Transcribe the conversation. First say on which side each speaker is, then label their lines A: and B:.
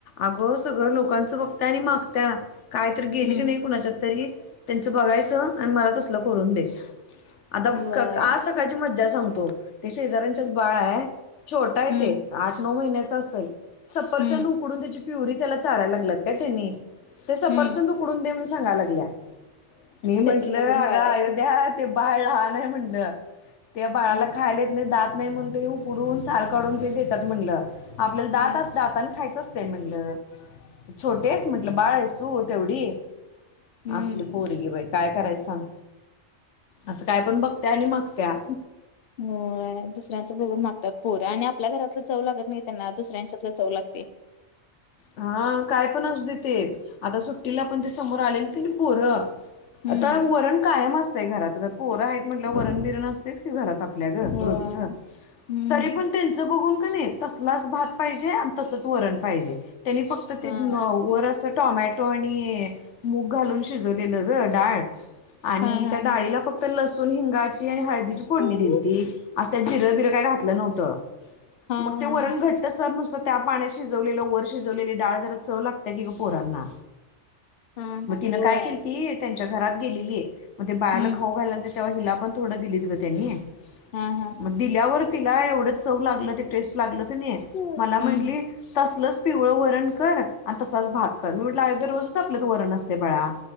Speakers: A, on the left (about 80°); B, on the left (about 60°).
A: अगं सगळं लोकांचं बघता आणि मागता कायतरी गेले
B: हम्म.
A: की नाही कुणाच्या तरी त्यांचं बघायचं आणि मला करून आता
B: व्हय.
A: आज सकाळची मज्जा सग ते शेजाऱ्यांच्या बाळ आहे. छोटं आहे
B: हम्म.
A: ते, आठ नऊ महिन्या सासल. सपरचंद
B: हम्म.
A: उकडून त्याची प्युरी त्याला चाराय लागल्यात काय त्यानी ते सपरचंद
B: हम्म.
A: उकडून दे म सांग. सा लागल्या. मी म्हंटलं
B: त्याच बघून
A: अग
B: बाळाचं.
A: अयोध्या ते बाळ लहान आहे म्हणलं. त्या बाळाला
B: हम्म.
A: खायला येत नाही दात नाही म्हण ते उडून साल काढून ते देतात म्हणलं. आपल्याला दात
B: हा.
A: आस आपण खायचं असतय म्हणलं. छोटी आहेस म्हटलं बाळ आहेस. तू तेवढी
B: हम्म.
A: असली पोरगी बाई काय करायचं सांग. असं काय पण बघतेय आणि मग त्या.
B: हो दुसऱ्यांचं बगून मागतात पोर आणि आपल्या घरातलं चव लागत नाही त्यांना दुसऱ्यांच्यातलं चव लागते.
A: हा काय पण असु दे ते, आता सुट्टीला पण ते समोर आलेलीत कणी पोरं.
B: हम्म.
A: आता वरण कायम असतंय घरात पोरं आहेत म्हटल्या वरण बिरण असतयचं की घरात आप ल्या
B: होय.
A: रोजचं
B: हम्म.
A: तरी पण त्यांच बघून कनी तसलाच भात पाहिजे, आणि तसच वरण पाहिजे. त्यांनी फक्त ते
B: हा.
A: वर असं टॉमॅट टोल आणि मूग घालून शिजवलेलं ग डाळ आणि
B: हा हा
A: त्या डाळीला
B: हा.
A: फक्त लसुन हिंगाची आणि हळ दीची फोडणी
B: हा.
A: दिलती. असं जिरबीर काय घातलं नव्हतं.
B: हा
A: मग
B: हा
A: ते वरण
B: हा.
A: घट्ट सर नुस त्या पाण्यात शिजवलेलं वर्ष शिजवलेली डाळ जरा चव लागत्या की ग पोरांना.
B: हा
A: मग
B: हा.
A: तिनं
B: व्हय.
A: काय केलीती त्यांच्या घरात गेलेली. मग ते बाळाला
B: हम्म.
A: खाऊ घालतीत. तेव्हा हिला पण थोडं, दिलीत ग तेंनी.
B: हा हा
A: मग
B: हा.
A: दिल्यावर तिला एवढंच. चव लागलं ते टेस्ट लागलं. कणीं
B: हम्म.
A: मला म्हटली तसलचं. पिवळं वरण कर आणि, तसाच भात कर, मी म्हटलं अयोध्या रोजच आपल्यात वरण असतेय बाळा.